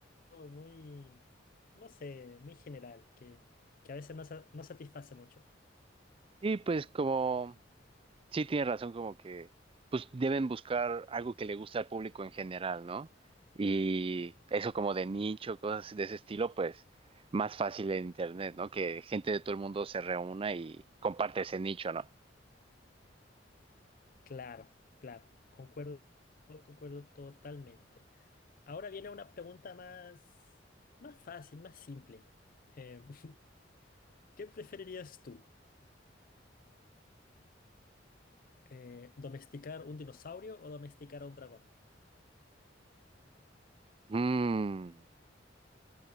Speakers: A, on the left; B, on the right.
A: muy, no sé, muy general, que, que a veces no, sa- no satisface mucho.
B: Y pues como Sí, tienes razón, como que pues deben buscar algo que le guste al público en general, ¿no? Y eso como de nicho, cosas de ese estilo, pues más fácil en internet, ¿no? Que gente de todo el mundo se reúna y comparte ese nicho, ¿no?
A: Claro, claro, concuerdo, concuerdo totalmente. Ahora viene una pregunta más, más fácil, más simple. Em, <laughs> ¿qué preferirías tú? Eh, ¿domesticar un dinosaurio o domesticar a un dragón?
B: Mm,